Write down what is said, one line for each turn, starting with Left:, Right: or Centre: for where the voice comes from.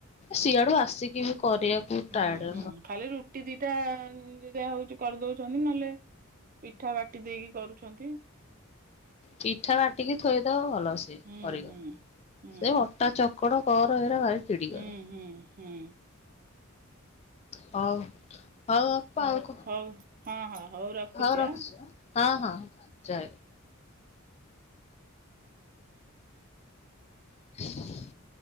Left: ସିଆଡୁ ଆସିକି ବି କରିବାକୁ
Right: ହୁଁ,
Left: ଟାୟାର୍ଡ
Right: ହୁଁ ଖାଲି ରୁ ରୁଟି ଦିଟା ଯାହା ହଉଛି କରିଦଉଛନ୍ତି, ନହେଲେ ପିଠା ବାଟି ଦେଇକି କରୁଛନ୍ତି।
Left: ପିଠା ବାଟିକି ଥୋଇଦବ ଭଲ ସିଏ
Right: ହୁଁ
Left: କରିବ।
Right: ହୁଁ। ହୁଁ
Left: ସେ ଅଟା ଚକଡ କର ଏରା ଭାରି ଚିଡି
Right: ହୁଁ
Left: କରେ
Right: ହୁଁ ହୁଁ।
Left: ହଉ ହଉ ଆପା ଆଉ କଁ
Right: ହଉ ହଁ ହଁ
Left: ହଉ ରଖୁଛି
Right: ଆଁ
Left: ହଁ ହଁ ଯା। ହ <inaudible>